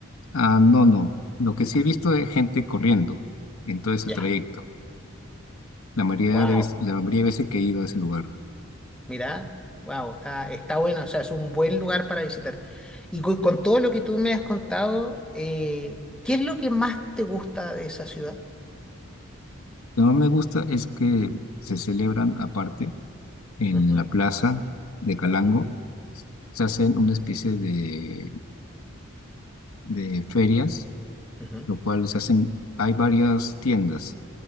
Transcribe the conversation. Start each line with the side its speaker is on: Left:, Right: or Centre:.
Left: Ah, no, no. Lo que sí he visto es gente corriendo en todo ese
Centre: Ya.
Left: trayecto. La mayoría
Centre: Wow.
Left: de veces, la mayoría de veces que he ido a ese lugar.
Centre: Mirá, wow, está, está bueno, o sea, es un buen lugar para visitar. Y cu- con, todo lo que tú me has contado, eh, ¿qué es lo que más te gusta de esa ciudad?
Left: Lo que no me gusta es que se celebran aparte en
Centre: Ujú,
Left: la plaza de Calango.
Centre: ujú,
Left: Se hacen una especie de, de ferias,
Centre: ujú,
Left: lo cual se hacen, hay varias tiendas